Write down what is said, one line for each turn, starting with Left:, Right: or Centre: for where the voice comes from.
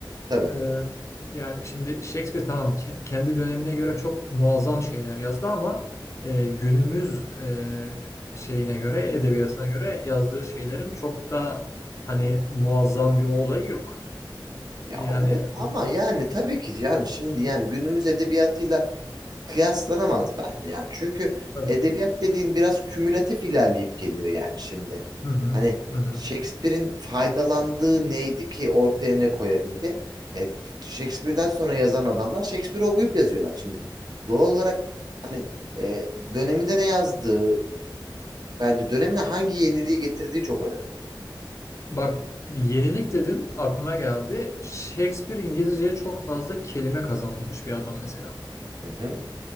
Right: Tabii.
Left: Ee, yani şimdi Shakespeare tamam ke- kendi dönemine göre çok muazzam şeyler yazdı ama e, günümüz e, şeyine göre, edebiyatına göre yazdığı şeylerin çok da hani muazzam bir olayı yok. Yani
Right: Ya ama, ama yani tabii ki yani şimdi yani günümüz edebiyatıyla kıyaslanamaz bence yani. Çünkü
Left: tabii.
Right: edebiyat dediğin biraz kümülatif ilerleyip geliyor yani şimdi.
Left: Hı hı.
Right: Hani
Left: Hı hı.
Right: Shakespeare'in faydalandığı neydi ki ortaya ne koyabildi? E, Shakespeare'den sonra yazan adamlar Shakespeare'i okuyup yazıyorlar şimdi. Doğal olarak hani e, döneminde ne yazdığı bence dönemine hangi yeniliği getirdiği çok önemli.
Left: Bak yenilik dedin aklıma geldi. Shakespeare İngilizceye çok fazla kelime kazandırmış bir adam mesela.
Right: Hı hı.